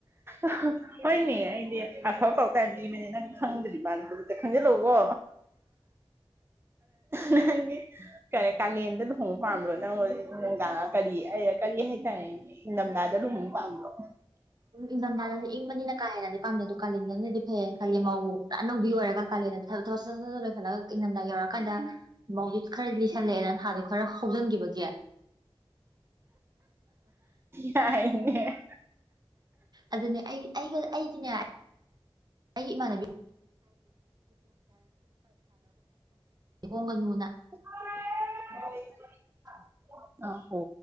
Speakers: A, on the right (about 25°); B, on the right (about 45°).
A: ꯑꯍꯥ ꯍꯣꯏꯅꯦ ꯑꯩꯗꯤ ꯑꯐꯕ ꯄꯥꯎꯇꯥꯛ ꯌꯥꯝ ꯄꯤꯕꯅꯦ ꯅꯪ ꯈꯪꯗ꯭ꯔꯤ ꯃꯥꯟꯂꯦ ꯍꯧꯖꯤꯛꯇꯤ ꯈꯪꯖꯤꯜꯂꯣꯀꯣ ꯅꯪꯗꯤ ꯀꯔꯤ ꯀꯥꯂꯦꯟꯗ ꯂꯨꯍꯣꯡꯕ ꯄꯥꯝꯕ꯭ꯔꯣ ꯅꯪꯉꯣꯟ ꯅꯨꯡꯗꯥꯡ ꯀꯔꯤ ꯑꯩ ꯀꯔꯤ ꯍꯥꯏꯇꯥꯔꯦꯅꯦ ꯏꯪꯗꯝꯗꯥꯥꯗ ꯂꯨꯍꯣꯡ ꯄꯥꯝꯕ꯭ꯔꯣ
B: ꯏꯪꯊꯝꯊꯥꯗꯗꯤ ꯏꯪꯕꯅꯤꯅ ꯀꯥ ꯍꯦꯟꯅꯗꯤ ꯄꯥꯝꯗꯦ ꯑꯗꯣ ꯀꯥꯂꯦꯟꯗꯅꯗꯤ ꯐꯩꯌꯦꯅ ꯈꯜꯂꯦ ꯃꯧ ꯑꯅꯧꯕꯤ ꯑꯣꯏꯔꯒ ꯀꯥꯂꯦꯟꯗ ꯊ ꯊꯕꯛ ꯁꯠ ꯁꯠ ꯁꯠ ꯂꯣꯏꯁꯜꯂꯒ ꯏꯪꯗꯝꯗꯥ ꯌꯧꯔꯀꯥꯟꯗ ꯃꯧꯗꯤ ꯈꯔ ꯂꯤꯁꯜꯂꯛꯑꯦꯗꯅ ꯊꯥꯗꯣ ꯈꯔ ꯍꯧꯖꯤꯟꯈꯤꯕꯒꯤ <inaudible>
A: ꯌꯥꯏꯅꯦ
B: ꯑꯗꯨꯅꯦ ꯑꯩ ꯑꯩꯒ ꯑꯩꯗꯤꯅꯦ ꯑꯩꯒꯤ ꯏꯃꯥꯟꯅꯕꯤ <inaudible> ꯍꯣꯡꯒꯅꯨꯅ
A: <unintelligible> ꯑꯥ ꯍꯣ